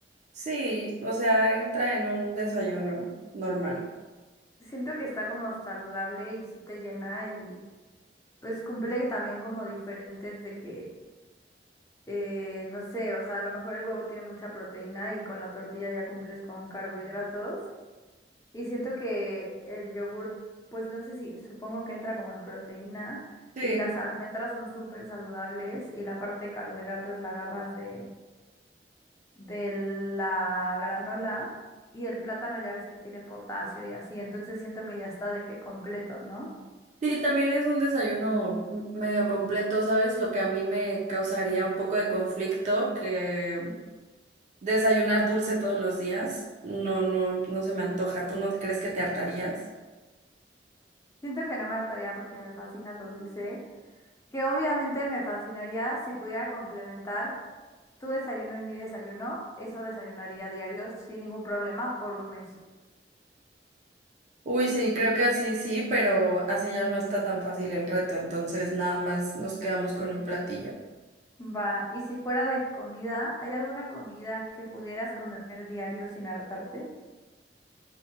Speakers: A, on the right; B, on the left.
A: Sí, o sea, entra en un desayuno normal.
B: Siento que está como saludable y sí te llena y pues cumple también como diferentes de que Eh, no sé, o sea, a lo mejor el huevo tiene mucha proteína y con la tortilla ya cumples con carbohidratos. Y siento que el yogur, pues no sé si, supongo que entra como en proteína
A: Sí.
B: y las almendras son súper saludables y la parte de carbohidratos la agarras de, de la granola y el plátano ya ves que tiene potasio y así, entonces siento que ya está de que completo, ¿no?
A: Sí, también es un desayuno m- medio completo, ¿sabes? Lo que a mí me causaría un poco de conflicto, que desayunar dulce todos los días, no, no, no se me antoja. ¿Tú no crees que te hartarías?
B: Siento que no me hartaría porque me fascina lo dulce, que obviamente me fascinaría si pudiera complementar. tu desayuno y mi desayuno, eso desayunaría diario sin ningún problema por un mes.
A: Uy, sí, creo que así sí, pero así ya no está tan fácil el reto, entonces nada más nos quedamos con un platillo.
B: Va, y si fuera de comida, ¿hay alguna comida que pudieras comer diario sin hartarte?